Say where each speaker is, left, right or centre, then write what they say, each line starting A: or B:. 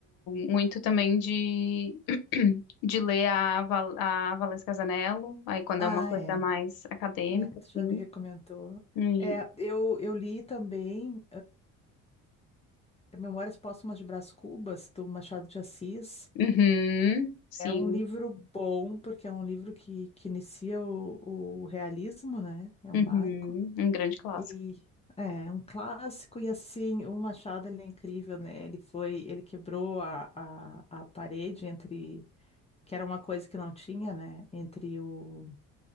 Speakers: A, on the left; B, on the left.
A: muito também de, <clears throat> de ler a, Val- a Valesca Zanello, aí quando
B: Ah,
A: é uma coisa
B: é.
A: mais acadêmica,
B: É, tu já
A: assim.
B: me recomendou.
A: E,
B: É, eu, eu li também. Memórias Póstumas de Brás Cubas, do Machado de Assis.
A: uhum, sim,
B: É um livro bom, porque é um livro que, que inicia o, o realismo, né? É
A: uhum,
B: um marco.
A: um grande clássico.
B: E é é um clássico, e assim, o Machado, ele é incrível, né? Ele foi, ele quebrou a, a, a parede entre, que era uma coisa que não tinha, né? Entre o